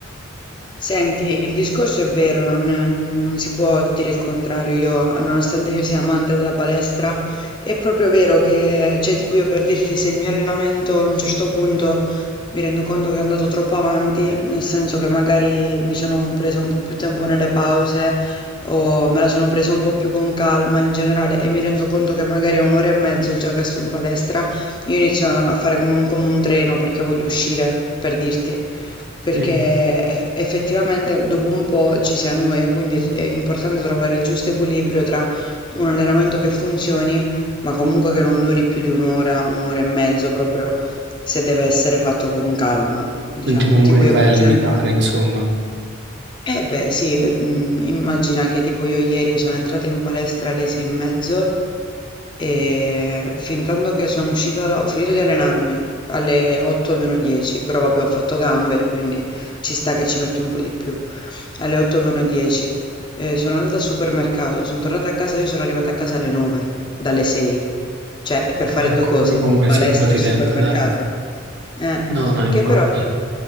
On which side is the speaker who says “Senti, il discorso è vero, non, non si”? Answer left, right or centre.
Left